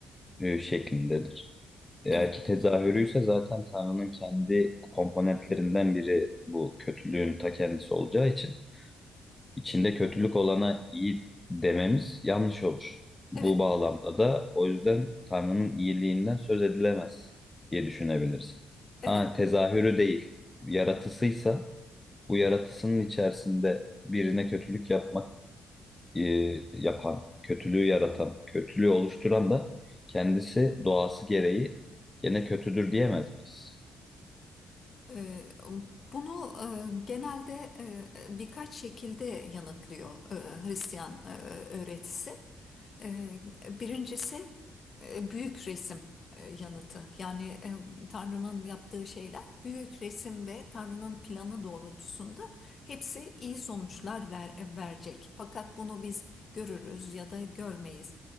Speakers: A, on the left; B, on the left.
A: e, şeklindedir. Eğer
B: evet,
A: ki tezahürüyse zaten Tanrı'nın kendi komponentlerinden biri bu kötülüğün ta kendisi olacağı için içinde kötülük olana iyi dememiz yanlış olur. Bu
B: evet,
A: bağlamda da o yüzden Tanrı'nın iyiliğinden söz edilemez diye düşünebiliriz.
B: evet.
A: Ha, tezahürü değil, yaratısıysa bu yaratısının içerisinde birine kötülük yapmak e, yapan, kötülüğü yaratan, kötülüğü oluşturan da kendisi doğası gereği gene kötüdür diyemez miyiz?
B: Ee, Bunu e, genelde e, e, birkaç şekilde yanıtlıyor e, Hristiyan e, e, öğretisi. Ee, Birincisi e, büyük resim e, yanıtı. Yani e, Tanrı'nın yaptığı şeyler büyük resim ve Tanrı'nın planı doğrultusunda hepsi iyi sonuçlar ver- verecek. Fakat bunu biz görürüz ya da görmeyiz.